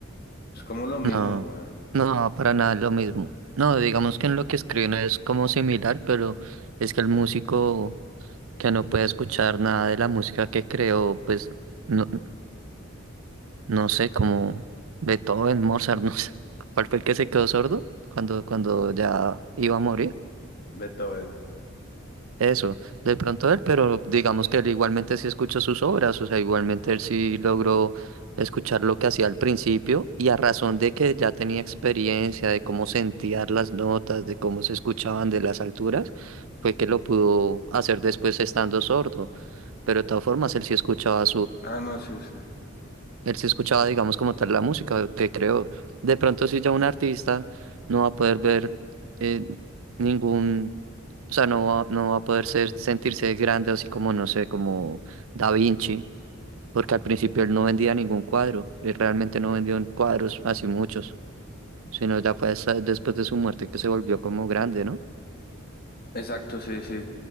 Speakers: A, on the left; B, on the right.
A: Es como lo mismo,
B: No,
A: bueno.
B: no, para nada es lo mismo. No, digamos que en lo que escriben es como similar, pero es que el músico que no puede escuchar nada de la música que creó, pues no, no sé, como Beethoven, Mozart, <laughs> no sé, cuál fue el que se quedó sordo cuando, cuando ya iba a morir.
A: Beethoven.
B: Eso, de pronto él, pero digamos que él igualmente sí escuchó sus obras, o sea, igualmente él sí logró escuchar lo que hacía al principio y a razón de que ya tenía experiencia de cómo sentían las notas, de cómo se escuchaban de las alturas, fue que lo pudo hacer después estando sordo, pero de todas formas él sí escuchaba
A: Ah, no, sí, sí.
B: Él sí escuchaba, digamos, como tal la música que creó. De pronto, si ya un artista no va a poder ver eh, ningún, o sea, no va, no va a poder ser, sentirse grande, así como, no sé, como Da Vinci, porque al principio él no vendía ningún cuadro, él realmente no vendió cuadros así muchos, sino ya fue hasta después de su muerte que se volvió como grande, ¿no?
A: Exacto, sí, sí.